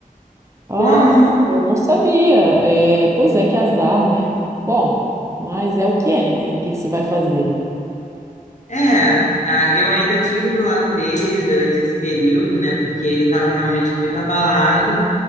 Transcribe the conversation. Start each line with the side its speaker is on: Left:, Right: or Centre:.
Right: ah,
Left: Como,
Right: eu não sabia. É, pois é, que azar, né? Bom, mas é o que é, né? O que que se vai fazer?
Left: é, a- eu ainda tive do lado dele durante esse período, né? Porque ele estava realmente muito abalado.